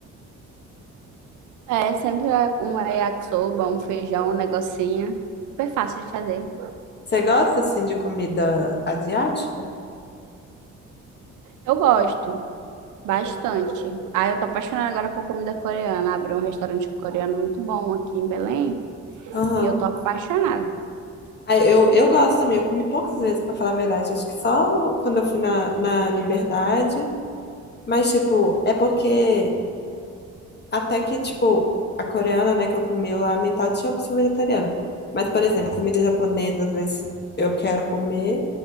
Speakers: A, on the right; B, on the left.
A: É, sempre é um yakisoba, um feijão, um negocinho. Super fácil de fazer.
B: Você gosta assim de comida asiática?
A: Eu gosto bastante. Ah, eu tô apaixonada agora por comida coreana. Abriu um restaurante coreano muito bom aqui em Belém
B: Aham.
A: e eu tô apaixonada.
B: Ah, Eu, eu gosto também, eu comi poucas vezes, pra falar a verdade. Acho que só quando eu fui na, na Liberdade. Mas, tipo, é porque. Até que, tipo, a coreana, né, que eu comi lá, a mental tinha opção vegetariana. Mas, por exemplo, comida japonesa, às vezes eu quero comer.